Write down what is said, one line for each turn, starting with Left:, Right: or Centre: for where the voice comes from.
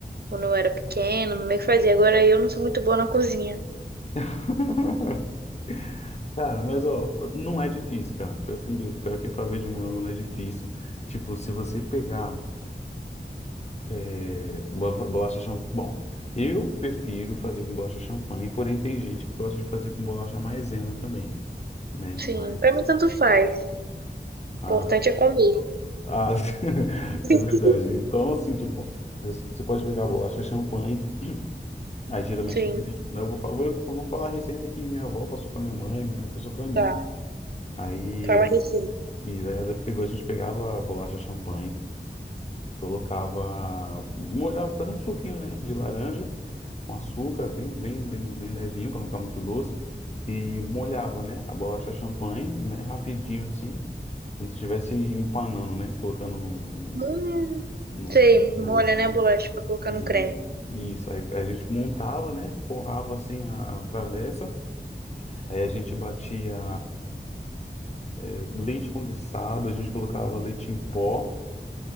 Right: Quando eu era pequena, minha mãe que fazia. Agora eu não sou muito boa na cozinha.
Left: <laughs> Cara, mas ó, não é difícil, cara. Pior que, pior que pavê de morango não é difícil. Tipo, se você pegar é, bola- bolacha champanhe. Bom, eu prefiro fazer com bolacha champanhe, porém tem gente que gosta de fazer com bolacha maisena também, né?
Right: Sim,
Left: Mas.
Right: pra mim tanto faz. O
Left: Ah,
Right: importante é comer.
Left: ah, <laughs>
Right: <laughs>
Left: é verdade. Então, assim, tipo, você pode pegar bolacha champanhe. Aí geralmente
Right: Sim,
Left: né, eu vou, fa- eu vou, eu vou falar a receita que minha avó passou para minha mãe, minha mãe passou para mim.
Right: tá.
Left: né? Aí
Right: Fala
Left: eu-
Right: a receita.
Left: e daí ela pegou, a gente pegava a bolacha champanhe, colocava, molhava, fazia um suquinho, né, de laranja com açúcar, bem, bem, bem, bem levinho para não ficar muito doce, e molhava, né, a bolacha champanhe, né, rapidinho assim, como se estivesse empanando, né, colocando no, no,
Right: Hum,
Left: no,
Right: sei,
Left: no
Right: molha,
Left: ovo,
Right: né, a bolacha
Left: né?
Right: pra colocar
Left: E
Right: no creme.
Left: e isso aí a gente montava, né, forrava assim a a travessa Aí a gente batia é, leite condensado, a gente colocava leite em pó,